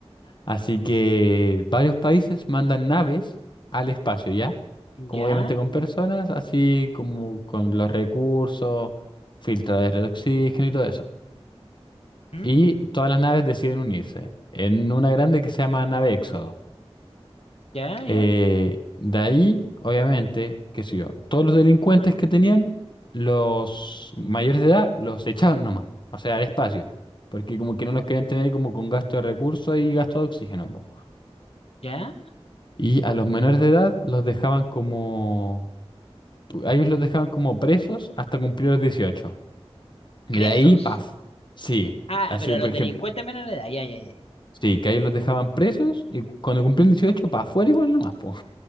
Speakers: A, on the left (about 50°); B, on the left (about 70°).
A: Así que varios países mandan naves al espacio, ¿ya? Como
B: ya,
A: obviamente con personas, así como con los recursos, filtradores de oxígeno y todo eso.
B: ¿Mm?
A: Y todas las naves deciden unirse en una grande que se llama nave Éxodo.
B: ya, ya,
A: Eh, de ahí, obviamente, qué sé yo, todos los delincuentes que tenían, los mayores de edad, los echaban nomás, o sea, al espacio, porque como que no los querían tener ahí como con gasto de recursos y gasto de oxígeno. po.
B: ya.
A: Y a los menores de edad los dejaban como... A ellos los dejaban como presos hasta cumplir los dieciocho Y
B: Presos.
A: de ahí, paf. Sí,
B: Ah,
A: así
B: pero a
A: por
B: los
A: ejemplo.
B: delincuentes menores de edad, ya, ya, ya. <laughs>
A: Sí, que a ellos los dejaban presos y cu- cuando cumplían 18 para afuera igual nomás, po.